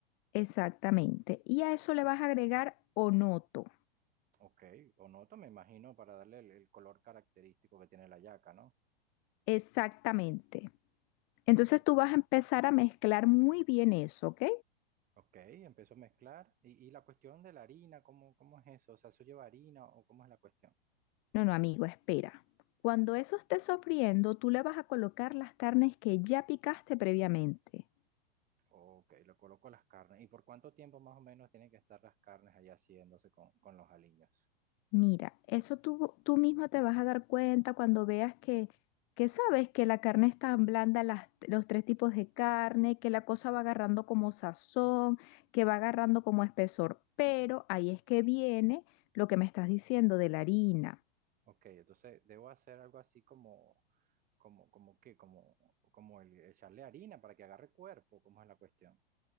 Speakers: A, on the left; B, on the right.
A: Exactamente. Y a eso le vas a agregar onoto.
B: Ok, o noto, me imagino, para darle el, el color característico que tiene la yaca, ¿no?
A: Exactamente. Entonces
B: Ok,
A: tú vas a empezar a mezclar muy bien eso, ¿ok?
B: ok, empiezo a mezclar. Y, y la cuestión de la harina, ¿cómo, cómo es eso? O sea, ¿eso lleva harina o cómo es la cuestión?
A: No, no, amigo, espera. Cuando eso esté sofriendo, tú le vas a colocar las carnes que ya picaste previamente.
B: Ok, lo coloco las carnes. ¿Y por cuánto tiempo más o menos tienen que estar las carnes allá haciéndose con, con los aliños?
A: Mira, eso tú, tú mismo te vas a dar cuenta cuando veas que, que sabes que la carne está blanda, las- los tres tipos de carne, que la cosa va agarrando como sazón, que va agarrando como espesor. Pero ahí es que viene lo que me estás diciendo de la harina.
B: Ok, entonces debo hacer algo así como, como, como qué, como, como el echarle harina para que agarre cuerpo, ¿cómo es la cuestión?